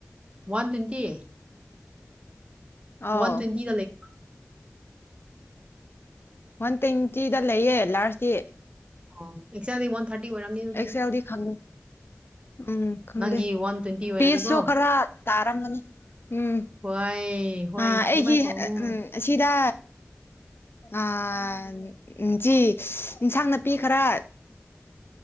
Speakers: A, on the right; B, on the left.
A: ꯋꯥꯟ ꯇ꯭ꯋꯦꯟꯇꯤ
B: ꯑꯧ
A: ꯋꯥꯟ ꯇ꯭ꯋꯦꯟꯇꯤ ꯂ ꯂꯩ
B: ꯋꯥꯟ ꯇ꯭ꯋꯦꯟꯇꯤꯗ ꯂꯩꯌꯦ ꯂꯥꯔꯁꯇꯤ
A: ꯑꯣ ꯑꯦꯛꯁꯦꯜꯗꯤ ꯋꯥꯟ ꯊꯥꯔꯇꯤ ꯑꯣꯏꯔꯝꯅꯤ ꯑꯗꯨꯗꯤ
B: ꯑꯦꯛꯁꯦꯜꯗꯤ ꯈꯪ ꯎꯝ ꯈꯪꯗꯦ
A: ꯅꯪꯒꯤ ꯋꯥꯟ ꯇ꯭ꯋꯦꯟꯇꯤ ꯑꯣꯏꯔꯗꯤꯀꯣ
B: ꯄꯦꯁꯁꯨ ꯈꯔ ꯇꯥꯔꯝꯃꯅꯤ ꯎꯝ
A: ꯍꯣꯏ ꯍꯣꯏ
B: ꯑ ꯑꯩꯒꯤ
A: ꯑꯗꯨꯃꯥꯏꯅ ꯇꯧꯅꯤ
B: ꯑꯝ ꯑꯁꯤꯗ ꯑꯥ ꯆꯤ ꯏꯟꯁꯥꯡ ꯅꯥꯄꯤ ꯈꯔ